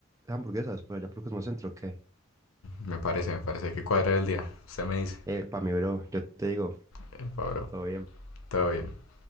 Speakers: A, on the right (about 15°); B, on the left (about 80°).
A: hamburguesas, pero allá por Cosmocentro, ¿qué?
B: Me parece, me parece que cuadra el día. Usted me dice.
A: Epa, mi bro, yo te digo,
B: Eh, Pablo,
A: todo bien.
B: todo bien.